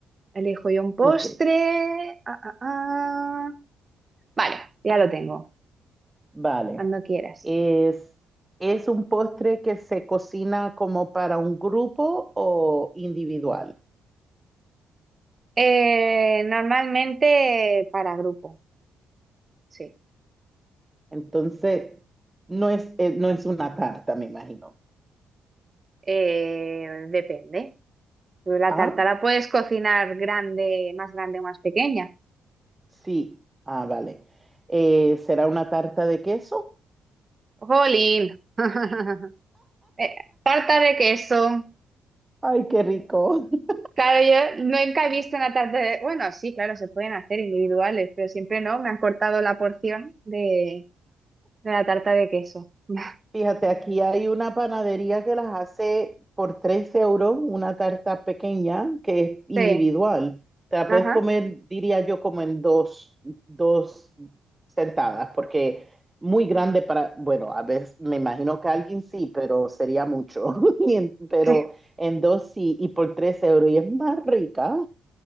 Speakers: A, on the right; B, on the right.
A: Elijo yo un postre.
B: <laughs> ok,
A: Ah, ah, ah. Vale, ya lo tengo,
B: vale.
A: cuando quieras.
B: Es, ¿es un postre que se cocina como para un grupo o individual?
A: Eh, normalmente para grupo, sí.
B: Entonces, no es, eh, no es una tarta, me imagino.
A: Eh, depende. Tú la
B: Ah,
A: tarta la puedes cocinar grande, más grande o más pequeña.
B: sí. Ah, vale. Eh, ¿será una tarta de queso?
A: ¡Jolín! <laughs> Eh, tarta de queso.
B: Ay, qué rico. <laughs>
A: Claro, yo nunca he visto una tarta de... Bueno, sí, claro, se pueden hacer individuales, pero siempre no, me han cortado la porción de, de la tarta de queso. <laughs>
B: Fíjate, aquí hay una panadería que las hace por 3 euros, una tarta pequeña que es individual.
A: Sí,
B: Te la
A: ajá,
B: puedes comer, diría yo, como en dos, dos sentadas, porque muy grande para, bueno, a veces me imagino que alguien sí, pero sería mucho. <laughs> Y en- pero
A: sí,
B: en dos sí, y por 3 euros, y es más rica,